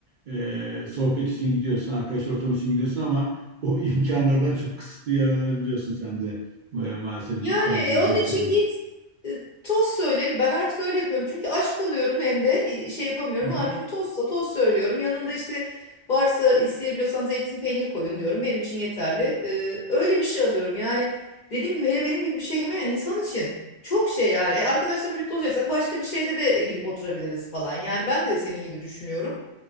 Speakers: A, on the right; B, on the left.
A: e, sohbet için gidiyorsun, arkadaş ortamı için gidiyorsun ama o <laughs> imkanlardan çok kısıtlı yararlanabiliyorsun sen de e, maalesef
B: Yani
A: tercihleri
B: e, onun için
A: sebebiyle.
B: git e, tost söyle. Bir- Ben artık öyle yapıyorum. Çünkü aç kalıyorum hem de e, şey yapamıyorum.
A: Hı hı.
B: Abicim tostsa tost söylüyorum. Yanında işte varsa isteyebiliyorsam zeytin peynir koyun diyorum. Benim için yeterli. E, öyle bir şey alıyorum. Yani dediğim gibi hele benim gibi bir şey yemeyen insan için çok şey yani. E, arkadaşlarımla birlikte olacaksak başka bir şeyde de gidip oturabiliriz falan. Yani ben de senin gibi düşünüyorum.